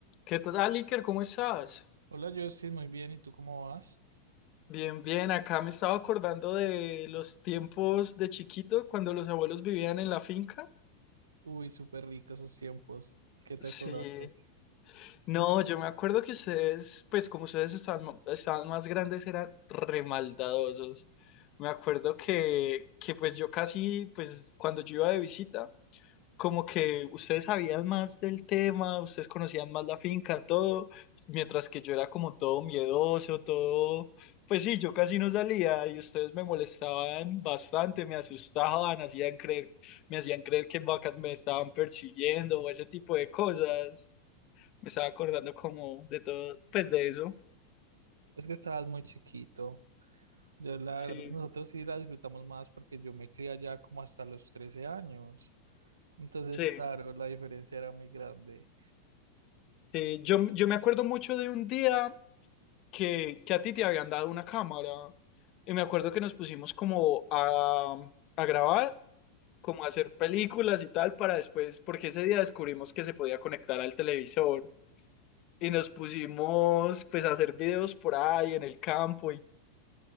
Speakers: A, on the left (about 40°); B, on the right (about 70°).
A: ¿Qué tal, Iker? ¿Cómo estás?
B: Hola, Justin, muy bien. ¿Y tú cómo vas?
A: Bien, bien. Acá me estaba acordando de los tiempos de chiquito cuando los abuelos vivían en la finca.
B: Uy, súper rico esos tiempos. ¿Qué te
A: Sí.
B: acordaste?
A: No, yo me acuerdo que ustedes, pues como ustedes estaban, mo- estaban más grandes, eran remaldadosos. Me acuerdo que, que pues yo casi, pues cuando yo iba de visita, como que ustedes sabían más del tema, ustedes conocían más la finca, todo, mientras que yo era como todo miedoso, todo, pues sí, yo casi no salía y ustedes me molestaban bastante, me asustaban, hacían creer, me hacían creer que vacas me estaban persiguiendo o ese tipo de cosas. Me estaba acordando como de todo, pues de eso.
B: Es que estabas muy chiquito. Yo, la
A: Sí,
B: verdad, nosotros sí la disfrutamos más porque yo me crié allá como hasta los 13 años. Entonces,
A: sí.
B: claro, la diferencia era muy grande.
A: sí. yo, yo me acuerdo mucho de un día que, que a ti te habían dado una cámara. Y me acuerdo que nos pusimos como a, a grabar, como a hacer películas y tal para después, porque ese día descubrimos que se podía conectar al televisor y nos pusimos pues a hacer videos por ahí en el campo y,